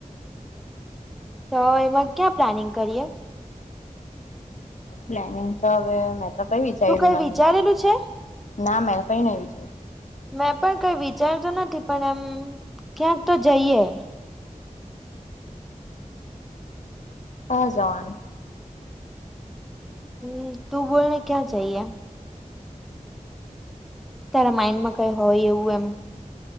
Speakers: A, in the centre; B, on the left.
A: તો એમાં ક્યાં પ્લાનિંગ કરીએ?
B: પ્લાનિંગ તો હવે મેં તો કઈ વિચાર્યું
A: તું કઈ વિચારેલું
B: નહી.
A: છે
B: ના મેં કઈ નઈ વિચાર્યું.
A: મેં પણ કઈ વિચારતો નથી પણ એમ ક્યાંક તો જઈએ.
B: કા જવાનું?
A: હમ્મ તું બોલને ક્યાં જઈએ? તારા માઇન્ડ માં કઈ હોય એવું એમ.